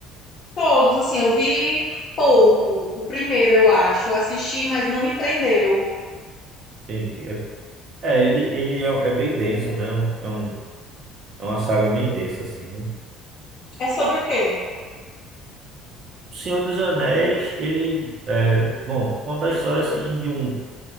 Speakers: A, on the left; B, on the right.
A: Todos, assim, eu vi pouco. O primeiro, eu acho. Eu assisti, mas não me prendeu.
B: Entendi. É, é, ele, ele é, é bem denso, né? É um, é um, é uma saga bem densa, assim, né?
A: É sobre o quê?
B: O Senhor dos Anéis, ele, é, bom, conta a história, assim, de um,